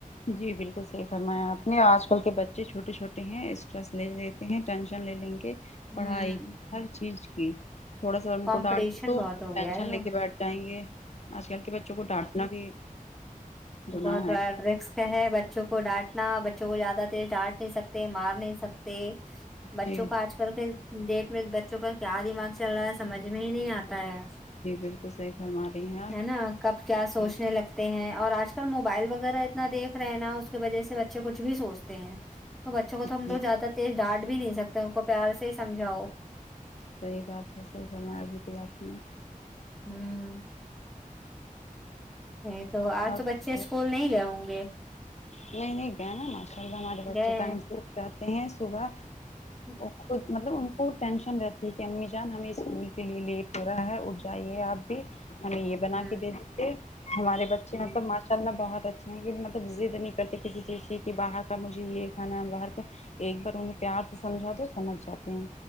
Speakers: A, on the left (about 50°); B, in the centre.
A: جی بالکل صحیح فرمایا آپ نے آج کل کے بچے چھوٹے چھوٹے ہیں اسٹس لے لی ٹینشن لے لیں گے
B: ہوں
A: پڑھائی ہر چیز کی تھوڑا سا ان
B: کمپٹیشن
A: کو ڈانٹ د تو
B: بہت ہو
A: ٹینشن
B: گیا ہے نا
A: لے کے بیٹھ جائیں گے آج کل کے بچوں کو ڈانٹنا بھی گناہ
B: بہت بارا
A: ہے
B: ڈرگس ہے بچوں کو ڈانٹنا بچوں کو زیادہ ڈانٹ نہیں سکتے مار نہیں سکتے بچوں
A: جی
B: کا آج س ڈیٹ میں بچوں کا کیا دماغ چل رہا ہے سمجھ میں ہی نہیں آتا ہے
A: جی بالکل صحیح فرما رہی ہیں آپ
B: ہے نا کب کیا سوچنے
A: ج
B: لگتے ہیں اور آج کل موبائل وغیرہ اتنا دیکھ رہے نا اس کی وجہ سے بچے کچھ بھی سوچتے ہیں تو بچوں کو تو ہم
A: جی
B: لگ زیادہ تیز ڈانٹ بھی نہیں سکتے ان کو پیار سے ہی سمجھاؤ
A: صحیح بات ہے سر گھر میں کےلاتی میں
B: ہوں نہیں تو آج
A: اور
B: تو بچے اسکول نہیں گئے ہوں گے
A: نہیں نہیں گئے نا ماشاء اللہ ہمارے بچے
B: گئے
A: ٹیمیں
B: ہیں
A: سے اٹھ جاتے ہیں صبح
B: ہ
A: خود مطلب ان کو ٹینشن رہتی ہے کہ امی جان ہمیں اسکول کے لیے لیٹ ہو رہا ہے ا جائیے آپ بھی ہمیں یہ بنا
B: ہ
A: کے دے دیتے ہمارے بچے
B: ہ
A: مطلب
B: ہ
A: ماسٹر چلنا بہت اچھا ہےونہ مطلب ضد نہیں کرتی کسی چیز کی کہ باہر کا مجھے یہ کھانا باہر کا ایک بار انہیں پیار سے سمجھا دو سمجھ جاتے ہیں